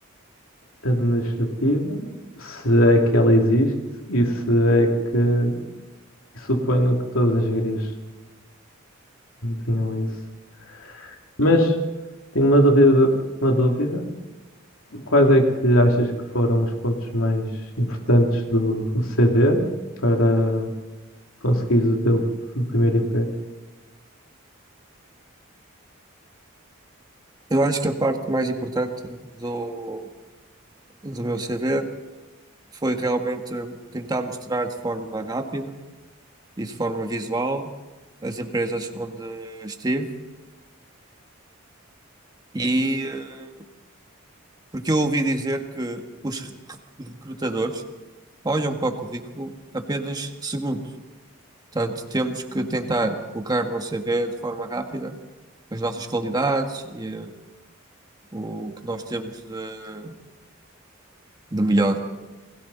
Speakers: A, on the left; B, on the right.
A: administrativa, se é que ela existe e se é que E suponho que todas as galerias tenham isso. Mas tenho uma dúvida, uma dúvida. Quais é que achas que foram os pontos mais importantes do, do CV para conseguires o teu primeiro emprego?
B: Eu acho que a parte mais importante do, do meu CV foi realmente tentar mostrar de forma rápida e de forma visual as empresas onde estive. E eh, porque eu ouvi dizer que os re- recrutadores olham para o currículo apenas segundos. Portanto, temos que tentar colocar no CV de forma rápida as nossas qualidades e eh, o que nós temos de, de melhor.